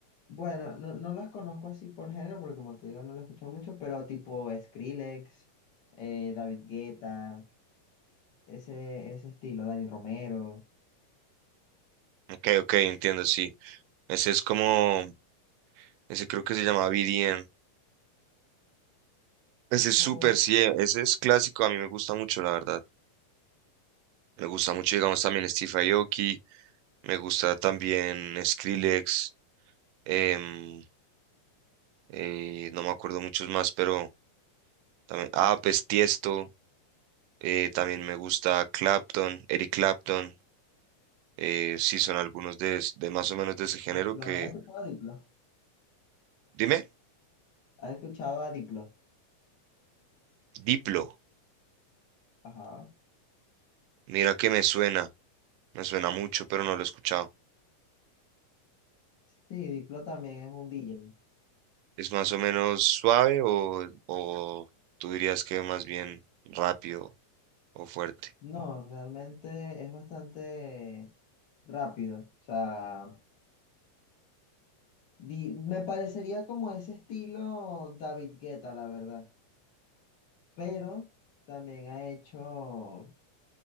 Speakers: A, on the left; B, on the right.
A: Bueno, no, no las conozco así por género, porque como te digo, no las he escuchado mucho, pero tipo Skrillex, eh, David Guetta, ese, ese estilo, Dani Romero.
B: Ok, ok, entiendo, sí. Ese es como Ese creo que se llama BDM. Ese
A: Oh,
B: es súper, sí,
A: ok.
B: eh, ese es clásico, a mí me gusta mucho, la verdad. Me gusta mucho, digamos, también Steve Aoki, me gusta también Skrillex, em, eh, no me acuerdo muchos más, pero también, ah, pues Tiesto, eh, también me gusta Clapton, Eric Clapton, eh, sí, son algunos de, es- de más o menos de ese género
A: Diplo,
B: que,
A: ¿has escuchado a Diplo?
B: dime,
A: ¿Has escuchado a Diplo?
B: Diplo,
A: Ajá.
B: mira que me suena, me suena mucho, pero no lo he escuchado.
A: Sí, Diplo también es un DJ.
B: ¿Es más o menos suave o, o tú dirías que más bien rápido o fuerte?
A: No, realmente es bastante rápido. O sea, di- me parecería como ese estilo David Guetta, la verdad. Pero también ha hecho.